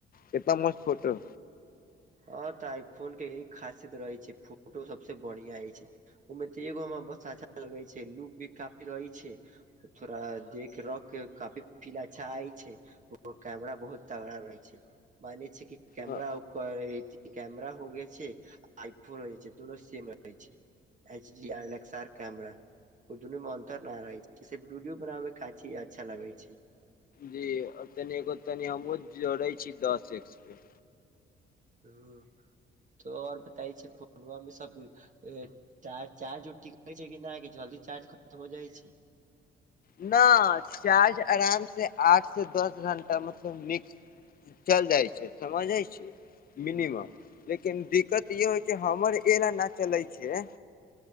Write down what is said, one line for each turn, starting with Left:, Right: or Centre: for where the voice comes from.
Left: कतना मस्त फोटो
Right: ह तऽ आइ फोन के यी खासियत रहैत छै, फोटो सबसे बढ़िया होय छै। ओहिमे तऽ एगो हमरा ब अच्छा लगे छै, लुक भी काफी रहै छै। थोड़ा देख रख काफी फील अच्छा आइ छै। ओ कैमरा बहुत तगड़ा रहै छै, माने छै कि कैमरा
Left: ह
Right: ओ कैमराा होय छै, आइफोन हो छै, दुनो सेम रह छै। HD ए्स R camera. कोइ दुनू में अंतर न रहे छै, सिर्फ वीडियो बनाब मे काछी अच्छा लगे छै।
Left: जी, तनि एगो तनि हमहु जोड़े छी, दस एक्स पे।
Right: ह तऽ आओर बताय छै, पूर्णमामे सब चार चार्ज ओर ठीकै छै, कि नहि जल्दी चार्ज खतम हो जाइ छै।
Left: न चार्ज आराम से आठ से दस घंटा, मतलब मिक्स चल जाइ छै, समझइ छै मिनिमम।
Right: ह
Left: लेकिन दिक्कत इह होइ छै, हमर एल न चले छै।